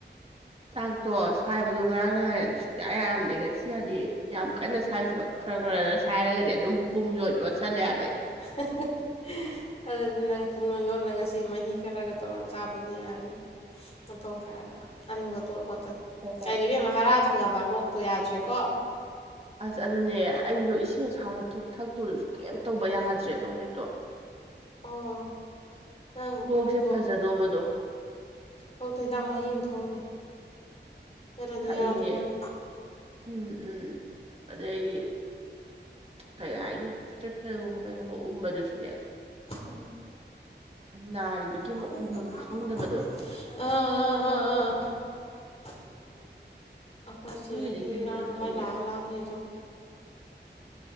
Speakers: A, on the right; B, on the left.
A: ꯆꯥꯛꯇꯣ ꯁꯥꯏꯕꯗꯣ ꯉꯔꯥꯡ ꯅꯍꯥꯟ ꯁꯨꯛꯌꯥ ꯌꯥꯝꯗꯦ ꯉꯁꯤ ꯍꯥꯏꯗꯤ ꯌꯥꯝ ꯀꯟꯅ ꯁꯥꯏꯕ ꯅꯠꯇꯕ ꯈꯔ ꯈꯔ ꯁꯥꯏꯔꯒꯗꯤ ꯑꯗꯨꯝ ꯄꯨꯝ ꯌꯣꯠ ꯌꯣꯠꯁꯜꯂꯦ ꯍꯥꯏꯕ ꯑꯩ
B: <unintelligible> ꯑꯗꯨꯗꯤ ꯅꯪ ꯄꯨꯝꯅꯨꯡ ꯌꯣꯜꯂꯒ ꯉꯁꯤ ꯃꯍꯤ ꯈꯔꯒ ꯇꯧꯔ ꯆꯥꯕꯗꯤ ꯌꯥꯅꯤ ꯃꯇꯣꯡ ꯈꯥꯏꯔꯒ ꯑꯂꯨꯒ ꯇꯣꯠ ꯈꯣꯠꯇꯅ
A: ꯍꯣꯏ
B: ꯀꯩꯅ‌ꯣ ꯏꯕ‍ꯦꯃ ꯍꯥꯔ ꯊꯨꯡꯉꯕ ꯂꯣꯛ ꯇꯣ ꯌꯥꯗ꯭ꯔꯦꯀꯣ
A: ꯑꯁ ꯑꯗꯨꯅꯦ ꯑꯩꯗꯣ ꯏꯁꯤꯡ ꯑꯁꯥꯕ ꯊꯛꯇꯣꯁꯨ ꯀꯩꯝ ꯇꯧꯕ ꯌꯥꯗ꯭ꯔꯦꯕ ꯍꯧꯖꯤꯛꯇꯣ
B: ꯑꯣ ꯅꯪ
A: ꯂꯣꯛꯁꯦ
B: ꯂꯣꯛꯇꯣ
A: ꯐꯖꯗꯧꯕꯗꯣ
B: ꯂꯣꯛꯇ‍ꯣ ꯍꯤꯗꯥꯛ ꯃꯍꯤ ꯑꯃ ꯊꯛꯎꯅꯤ ꯅꯠꯇꯗꯤ
A: ꯊꯛꯏꯅꯦ
B: ꯌꯥꯗ꯭ꯔꯦ ꯅꯪ
A: ꯎꯝ ꯎꯝ ꯑꯗꯩꯗꯤ ꯀꯩ ꯍꯥꯏꯅꯤ ꯏꯁꯇꯔꯤꯞꯁꯔꯒꯨꯝꯕ ꯀꯩꯒꯨꯝꯕ ꯎꯕꯗꯨꯁꯨꯅꯦ
B: ꯎꯝ
A: ꯅꯥꯔꯤꯕꯒꯤ
B: ꯐꯃꯨꯝꯒ
A: ꯑꯃ ꯎꯝꯐꯝ
B: ꯈꯥꯃꯕ
A: ꯈꯪꯗꯕꯗꯣ
B: ꯉꯝꯕ ꯅꯠꯇꯦ <unintelligible> <unintelligible> ꯑꯩꯈꯣꯏꯆꯦꯁꯤꯗꯤ
A: ꯅꯣꯏꯒꯤꯗꯤ ꯀꯩ ꯌꯦꯟꯖꯥꯡ
B: ꯂꯥꯡꯔꯣꯏ
A: ꯊꯣꯡꯒꯦ
B: ꯍꯥꯏ ꯁꯨꯋꯥꯏ ꯂꯥꯛꯑꯒ ꯂꯥꯡ ꯂꯩꯔꯤꯁꯤ ꯌꯦꯡꯉꯣ